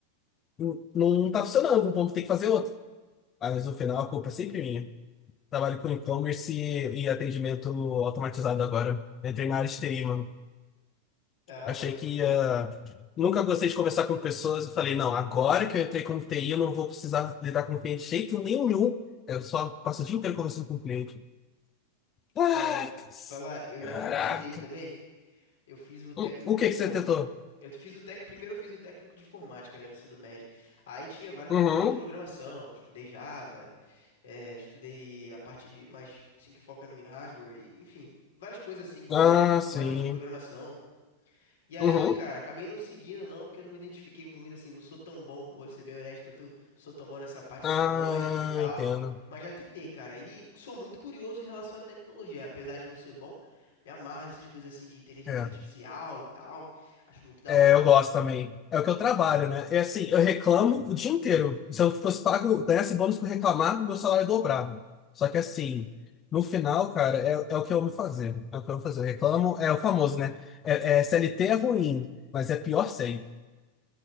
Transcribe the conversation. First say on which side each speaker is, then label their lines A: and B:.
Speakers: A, on the left (about 25°); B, on the left (about 60°).
A: n- não tá funcionando, vamos ter que fazer outro. Ah, Mas no final a culpa é sempre minha. Trabalho com e-commerce e, e atendimento automatizado agora. Entrei na área de TI, mano.
B: Ah,
A: Achei
B: pode
A: que
B: crer.
A: ia. Nunca gostei de conversar com pessoas. Eu falei, não, agora que eu entrei com TI, eu não vou precisar lidar com cliente de jeito nenhum. Eu só passo o dia inteiro conversando com o cliente. Ai,
B: Cara, te falar, eu
A: Caraca!
B: já tentei TI também. Eu fiz o técnico
A: O, o
B: de
A: que
B: inform...
A: que você tentou?
B: Eu fiz o tec... Primeiro eu fiz o técnico de informática, né, no ensino médio. Aí tinha várias
A: Uhum.
B: matérias de programação, estudei Java, eh, estudei a parte mais, assim, que foca em hardware, e, enfim, várias coisas assim,
A: Ah,
B: lógica de,
A: sim.
B: lógica de programação. E aí,
A: Uhum.
B: cara, acabei não seguindo, não, porque eu não me identifiquei muito, assim, não sou tão bom, vou ser bem honesto pra tu, não sou tão bom nessa parte,
A: Ah,
B: assim, lógica e tal,
A: entendo.
B: mas já tentei, cara, e sou muito curioso em relação à tecnologia, apesar de não ser bom, me amarro nessas coisas, assim, de inteligência
A: É.
B: artificial e tal, acho muito da
A: É,
B: hora.
A: eu gosto também. É o que eu trabalho, né? É assim, eu reclamo o dia inteiro. Se eu fosse pago, ganhasse bônus por reclamar, meu salário dobrava. Só que assim, no final, cara, é, é o que eu amo fazer. É o que eu amo fazer. Eu reclamo, é o famoso, né? É, é, CLT é ruim, mas é pior sem.